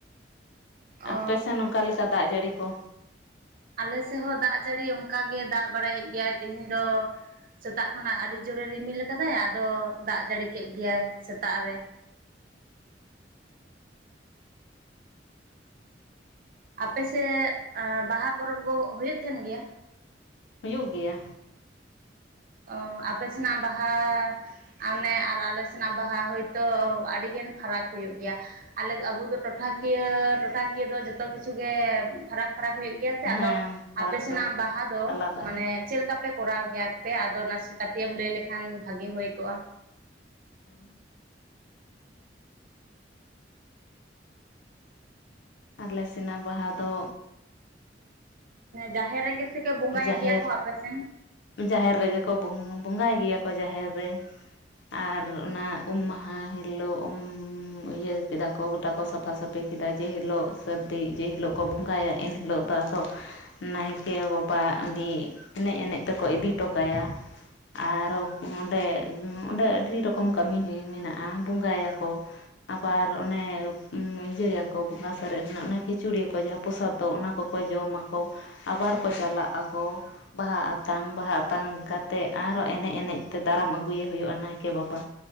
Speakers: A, on the right; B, on the left.
A: ᱚ
B: ᱟᱯᱮ ᱥᱮᱱ ᱱᱚᱠᱟ ᱞᱮᱠᱟ? ᱫᱟᱜ ᱡᱟᱹᱲᱤ ᱠᱚ,
A: ᱟᱞᱮ ᱥᱮᱜ ᱦᱚᱸ ᱫᱟᱜ ᱡᱟᱹᱲᱤ ᱚᱱᱠᱟ ᱜᱮ ᱫᱟᱜ ᱵᱟᱲᱟᱭᱮᱜ ᱜᱮᱭᱟᱭ ᱛᱮᱦᱤᱧ ᱫᱚ᱾ ᱥᱮᱛᱟᱜ ᱠᱷᱚᱱᱟᱜ ᱟᱹᱰᱤ ᱡᱳᱨᱮ ᱨᱤᱢᱤᱞ ᱟᱠᱟᱫᱟᱭ ᱟᱫᱚ ᱫᱟᱜ ᱡᱟᱹᱲᱤ ᱠᱮᱫ ᱜᱮᱭᱟᱭ ᱥᱮᱛᱟᱜ ᱨᱮ᱾ ᱟᱯᱮᱥᱮᱜ ᱵᱟᱦᱟ ᱯᱚᱨᱚᱵᱽ ᱠᱚ ᱦᱩᱭᱩᱜ ᱛᱟᱦᱮᱱ ᱜᱮᱭᱟ?
B: ᱦᱩᱭᱩᱜ ᱜᱮᱭᱟ᱾
A: ᱚ ᱟᱯᱮ ᱥᱮᱱᱟᱜ ᱵᱟᱦᱟ, ᱚᱱᱮ ᱟᱨ ᱟᱞᱮ ᱥᱮᱱᱟᱜ ᱵᱟᱦᱟ ᱦᱳᱭᱛᱳ ᱟᱹᱰᱤᱜᱮ ᱯᱷᱟᱨᱟᱠ ᱦᱩᱭᱩᱜ ᱜᱮᱭᱟ ᱟᱞᱮ ᱟᱵᱚ ᱴᱚᱴᱷᱟ ᱠᱤᱭᱟᱹ ᱴᱚᱴᱷᱟ ᱠᱤᱭᱟᱹ ᱫᱚ ᱡᱚᱛᱚ ᱠᱤᱪᱷᱩ ᱜᱮ ᱯᱷᱟᱨᱟᱠ ᱯᱷᱟᱨᱟᱠ ᱦᱩᱭᱩᱜ ᱜᱮᱭᱟ ᱛᱮ
B: ᱦᱮᱸ
A: ᱟᱫᱚ
B: ᱯᱷᱟᱨᱟᱠ
A: ᱟᱯᱮ ᱥᱮᱱᱟᱜ
B: ᱯᱷᱟᱨᱟᱠ
A: ᱵᱟᱦᱟ ᱫᱚ
B: ᱟᱞᱟᱫᱟ
A: ᱢᱟᱱᱮ
B: ᱟᱞᱟᱫᱟ
A: ᱪᱮᱫ ᱞᱮᱠᱟ ᱯᱮ ᱠᱚᱨᱟᱣ ᱜᱮᱭᱟᱯᱮ ᱟᱫᱚ ᱱᱟᱥᱮ ᱠᱟᱹᱴᱤᱡ ᱮᱢ ᱞᱟᱹᱭ ᱞᱮᱠᱷᱟᱱ ᱵᱷᱟᱜᱤ ᱦᱩᱭ ᱠᱚᱜᱼᱟ᱾
B: <inaudible> ᱟᱞᱮ ᱥᱮᱱᱟᱜ ᱵᱟᱦᱟ ᱫᱚ
A: ᱡᱟᱦᱮᱨ ᱨᱮᱜᱮ ᱥᱮ ᱠᱚ ᱵᱚᱸᱜᱟᱭ
B: ᱡᱟᱦᱮᱨ
A: ᱜᱮᱭᱟ ᱠᱚ ᱟᱯᱮᱥᱮᱱ?
B: ᱡᱟᱦᱮᱨ ᱨᱮᱜᱮ ᱠᱚ ᱵᱚᱸᱜᱟᱭ ᱜᱮᱭᱟ ᱠᱚ ᱡᱟᱦᱮᱨ ᱨᱮ᱾ ᱟᱨ ᱚᱱᱟ ᱩᱢ ᱢᱟᱦᱟ ᱦᱤᱞᱳᱜ ᱩᱢ ᱤᱭᱟᱹ ᱠᱮᱫᱟ ᱠᱚ ᱜᱚᱴᱟ ᱠᱚ ᱥᱟᱯᱷᱟ ᱥᱟᱹᱯᱷᱤ ᱠᱮᱫᱟ ᱡᱮ ᱦᱤᱞᱳᱜ ᱥᱟᱹᱨᱫᱤ ᱡᱮ ᱦᱤᱞᱳᱜ ᱠᱚ ᱵᱚᱸᱜᱟᱭᱟ ᱮᱱ ᱦᱤᱞᱳᱜ ᱫᱚ ᱟᱫᱚ ᱱᱟᱭᱠᱮ ᱵᱟᱵᱟ ᱩᱱᱤ ᱮᱱᱮᱡ ᱮᱱᱮᱡ ᱛᱮᱠᱚ ᱤᱫᱤ ᱦᱚᱴᱚ ᱠᱟᱭᱟ᱾ ᱟᱨᱚ ᱚᱸᱰᱮ ᱚᱸᱰᱮ ᱟᱹᱰᱤ ᱨᱚᱠᱚᱢ ᱠᱟᱹᱢᱤ ᱢᱮᱱᱟᱜᱼᱟ ᱵᱚᱸᱜᱟᱭᱟᱠᱚ᱾ ᱟᱵᱟᱨ ᱚᱱᱮ ᱤᱭᱟᱹᱭᱟᱠᱚ ᱵᱚᱸᱜᱟ ᱥᱟᱨᱮᱡ ᱨᱮᱱᱟᱜ ᱚᱱᱮ ᱠᱷᱤᱪᱩᱲᱤᱜᱟ ᱠᱚ ᱡᱟᱦᱟᱸ ᱯᱚᱥᱟᱫ ᱫᱚ ᱚᱱᱟ ᱠᱚᱠᱚ ᱡᱚᱢᱟᱚ ᱟᱵᱟᱨ ᱠᱚ ᱪᱟᱞᱟᱜ ᱟᱠᱚ ᱵᱟᱦᱟ ᱟᱛ ᱛᱟᱝ ᱵᱟᱦᱟ ᱟᱛᱟᱝ ᱠᱟ ᱠᱟᱛᱮᱮᱫ ᱟᱨᱚ ᱮᱱᱮᱡ ᱮᱱᱮᱡ ᱛᱮ ᱫᱟᱨᱟᱢ ᱟᱹᱜᱩᱭᱮ ᱦᱩᱭᱩᱜᱼᱟ ᱱᱟᱭᱠᱮ ᱵᱟᱵᱟ᱾